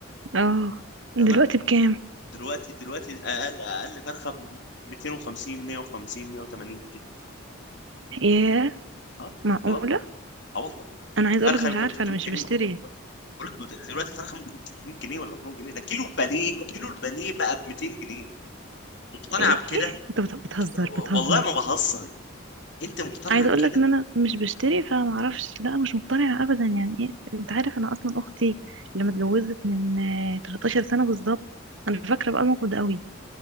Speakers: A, on the right; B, on the left.
A: اه
B: تمام
A: دلوقتي بكام
B: دلوقتي دلوقتي اقل اقل فرخه ب 250 150 180 كده
A: ياه
B: اه
A: معقوله
B: خلاص اه والله
A: انا عايزه
B: الفرخه
A: اقولك مش
B: يمكن
A: عارفه
B: 300
A: انا مش
B: جنيه
A: بشتري
B: بقول لك بت- دلوقتي الفرخه ممكن ب 300 جنيه ولا 400 جنيه ده كيلو البانيه كيلو البانيه بقى ب 200 جنيه مقتنعه
A: ايه
B: بكده
A: إيه؟ انت بت- بتهزر
B: و-
A: بتهزر
B: والله ما بهزر انت مقتنعه
A: عايزه
B: بكده
A: اقولك ان انا مش بشتري فما اعرفش لا مش مقتنعه ابدا يعني ايه انت عارف انا اصلا اختي لما اتجوزت من آه، 13 سنه بالظبط انا فاكره بقى الموقف ده قوي